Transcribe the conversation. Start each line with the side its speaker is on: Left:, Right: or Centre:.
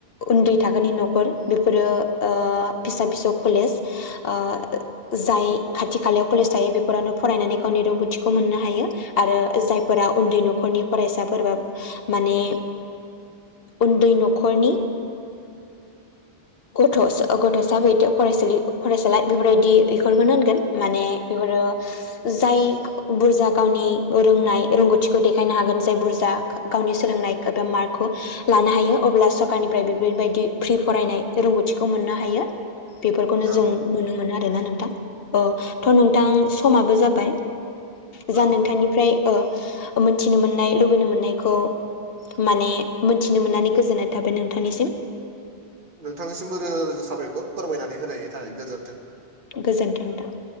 Left: उन्दै थाखोनि न'खर बेफोरो ओ फिसा फिसौ कलेज ओ जाय खाथि खालायाव कलेज थायो बेफोरावनो फरायनानै गावनि रोंगौथिखौ मोननो हायो। आरो जायफोरा उन्दै न'खरनि फरायसाफोरबा माने उन्दै न'खरनि गथ' गथ'सा बेद फरायसालि फरायसालाय बेफोरबायदि बेफोरफोरखौनो होनगोन माने बेफोरो जाय बुरजा गावनि रोंनाय रोंगौथिखौ देखायनो हागोन जाय बुरजा गावनि सोलोंनायखौ एबा मार्कखौ लानो हायो अब्ला सरकारनिफ्राय बेफोरबायदि फ्रि फरायनाय रोंगौथिखौ मोननो हायो। बेफोरखौनो जों
Right: औ
Left: नुनो मोनो आरोना नोंथां औ थ' नोंथां
Right: नंगौ नंगौ
Left: समाबो जाबाय जा
Right: औ
Left: नोंथांनिफ्राय
Right: औ।
Left: ओ मोनथिनो मोननाय लुबैनो मोननायखौ माने मोनथिनो मोननानै गोजोननाय थाबाय नोंथांनिसिम।
Right: नोंथांनिसिमबो रोजा रोजा साबायखर फोरमायनानै होनायनि थाखाय गोजोन्थों।
Left: गोजोन्थों नोंथां।